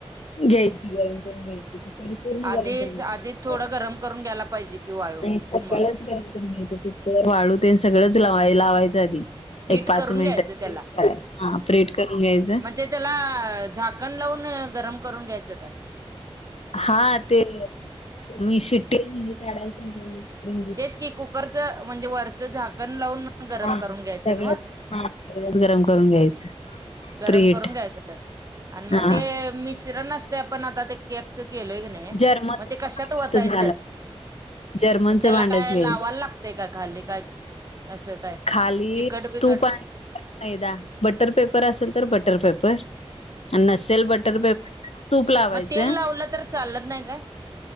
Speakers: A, on the left (about 80°); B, on the right (about 35°).
A: घ्यायची गरम करून घ्यायची, कुकर पूर्ण
B: आधी
A: गरम करून घ्यायची.
B: आधी थोडं गरम करून घ्यायला पाहिजे की वाळू
A: ते सगळंच
B: म
A: गरम करून घ्यायचं. कुकर वाळू ते सगळंच ला लावायचं आधी.
B: हिट
A: एक पाच
B: करून
A: मिनिट
B: घ्यायचं त्याला
A: प्रि हिट करायचा हा प्रि हिट करून घ्यायचं.
B: मग ते त्याला झाकण लावून, गरम करून घ्यायचं काय.
A: हा ते, मी शिट्टी काढायचं आणि रींगी.
B: तेच की कुकरच म्हणजे, वरचं झाकण लावून. गरम
A: हा,
B: करून घ्यायचं
A: सगळ
B: नव्ह
A: हा सगळंच गरम करून घ्यायचं.
B: गरम
A: प्रेट
B: करून घ्यायचं, आणि
A: हा
B: मग ते मिश्र किरण नसते आपण आता ते, केकच केलोय कणी
A: जर्मन
B: मग ते कशात वतायचं.
A: घालायचं जर्मनचं
B: मग त्याला
A: भांडच
B: काय
A: घ्यायचं
B: लावायला लागतंय, काय खाल्ली काय असं काय.
A: खाली
B: चिकट बिकट
A: तूप आणि मैदा, बटर पेपर असेल तर बटर पेपर. आणि नसेल बटर पेपर तर, तूप लावायचं.
B: मग तेल लावलं तर चालत नाही काय?